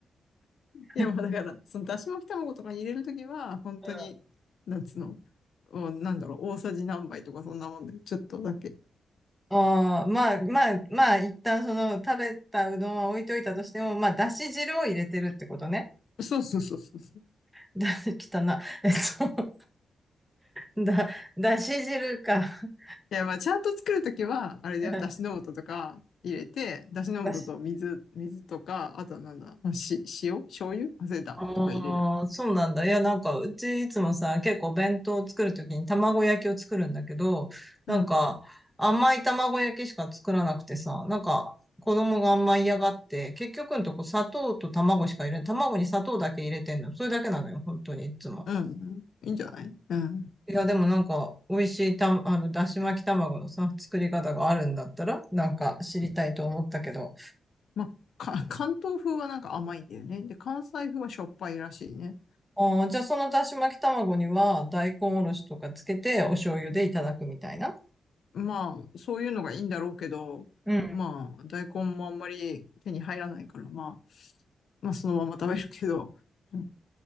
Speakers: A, on the left (about 75°); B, in the centre.
A: いや、
B: うん
A: まあだから、そのだし巻き卵とかに入れるときは、本当に、
B: <laughs>
A: なんつうの、もうなんだろう、大さじ何杯とかそんなもんで、ちょっとだけ。
B: ああ、まあまあまあ一旦その食べたうどんは置いといたとしても、まあだし汁を入れてるってことね。
A: そうそうそうそうそう。
B: <laughs> だ、汚な。えっと、だ、だし汁か。<laughs>
A: いや、まあちゃんと作るときは、あれだよ、
B: うん
A: だしの素とか入れて、だしの素と水、
B: だし
A: 水とか、あとはなんだ、まあ、し、塩醤油忘れた。
B: ああ、
A: とか入れる。
B: そうなんだ。いや、なんか、うちいつもさ、結構弁当を作るときに卵焼きを作るんだけど、なんか、
A: うん。
B: 甘い卵焼きしか作らなくてさ、なんか、子供があんま嫌がって、結局のとこ砂糖と卵しか入れん、卵に砂糖だけ入れてんの。それだけなのよ、本当にいつも。
A: うん、うん。いいんじゃないうん。
B: いや、でもなんか、美味しいた、あの、だし巻き卵のさ、作り方があるんだったら、なんか知りたいと思ったけど。
A: まあ、か、関東風はなんか甘いんだよね。で、関西風はしょっぱいらしいね。
B: ああ、じゃあそのだし巻き卵には、大根おろしとかつけて、お醤油でいただくみたいな。
A: まあ、そういうのがいいんだろうけど、
B: うん。
A: まあ、大根もあんまり手に入らないから、まあ、まあ、そのまま食べるけど。うん